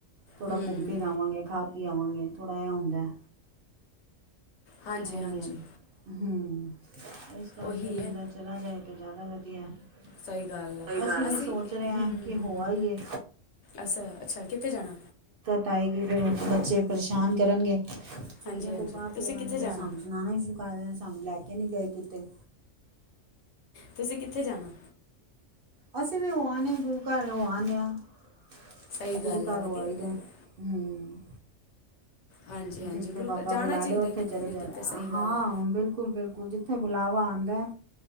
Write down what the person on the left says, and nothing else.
ਹੂੰ
ਹਾਂਜੀ
ਹਾਂਜੀ
ਉਹੀ
ਹੈ
ਸਹੀ
ਗੱਲ ਆ
ਹੂੰ
ਹੂੰ
ਹੂੰ ਹੂੰ
ਅੱਛਾ ਅੱਛਾ ਕਿੱਥੇ ਜਾਣਾ
ਹਾਂਜੀ ਹਾਂਜੀ
ਤੁਸੀਂ
ਕਿੱਥੇ
ਜਾਣਾ
ਤੁਸੀਂ ਕਿੱਥੇ ਜਾਣਾ
ਸਹੀ
ਗੱਲ ਆ
ਵਧੀਆ
ਗੱਲ ਆ
ਹਾਂਜੀ ਹਾਂਜੀ
ਗੁਰੂ
ਘਰ ਜਾਣਾ
ਚਾਹੀਦਾ
ਕਿਤੇ
ਨਾ
ਕਿਤੇ ਸਹੀ
ਗੱਲ ਆ